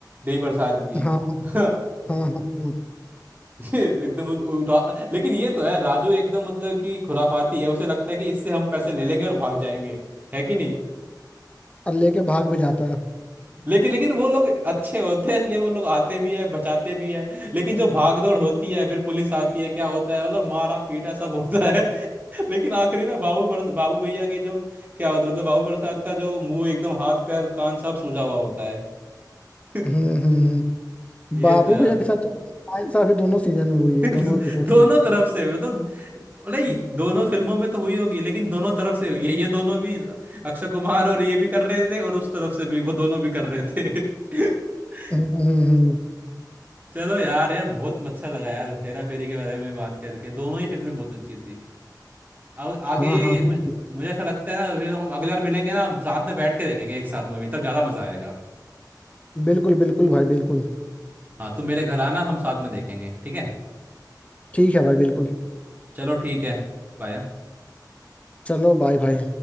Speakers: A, on the right; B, on the left.
A: देवी प्रसाद की
B: हाँ हाँ
A: <laughs> और
B: हाँ हाँ हाँ।
A: ये एकदम उ- उ- रा- लेकिन ये तो है राजू एकदम मतलब कि खुराफाती है उसे लगता है कि इससे हम पैसे ले लेंगे और भाग जाएंगे है कि नहीं
B: और लेके भाग भी जाता है
A: लेकिन लेकिन वो लोग अच्छे होते हैं इसलिए वो लोग आते भी है बचाते भी है लेकिन जो भागदौड़ होती है फिर पुलिस आती है क्या होता है मतलब मारा पीटा सब होता है <laughs> लेकिन आखिरी में बाबू पर बाबू भैया के जो क्या होता है मतलब बाबू प्रसाद का जो मुंह एकदम हाथ पैर कान सब सूजा हुआ होता है <laughs>
B: हम्म हम्म हम्म।
A: ये
B: बाबू
A: तो यार
B: भैया के साथ तो आयन साहब ही दोनों सीजन में हुई है
A: <laughs>
B: दोनों एपिसोड्स
A: दोनों
B: में
A: तरफ से मतलब नहीं
B: हम्म
A: दोनों फिल्मों में तो हुई होगी लेकिन दोनों तरफ से हुई है ये दोनों भी अक्षय कुमार और ये भी कर रहे थे और उस तरफ से भी वो दोनों भी कर रहे थे <laughs>
B: हम्म हम्म।
A: चलो यार यार बहुत अच्छा लगा यार हेरा फेरी के बारे में बात करके दोनों ही फिल्में बहुत अच्छी थी और आगे
B: हाँ हाँ
A: मुझे,
B: हाँ
A: मुझे ऐसा लगता है ना फिर हम अगले बार मिलेंगे ना साथ में बैठ के देखेंगे एक साथ मूवी तब ज़्यादा मज़ा आएगा
B: बिल्कुल बिल्कुल भाई बिल्कुल
A: हाँ तुम मेरे घर आना हम साथ में देखेंगे ठीक है
B: ठीक है भाई बिल्कुल
A: चलो ठीक है बाय
B: चलो बाय भाई